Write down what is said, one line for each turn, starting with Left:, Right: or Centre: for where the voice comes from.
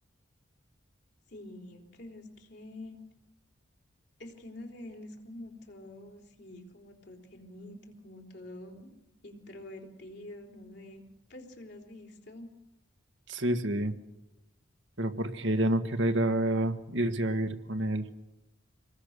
Left: Sí, pues es que, es que no sé, él es como todo, sí, como todo tiernito, como todo introvertido, no sé. Pues tú lo has visto.
Right: Sí, sí, pero ¿por qué ella no quiere ir a irse a vivir con él?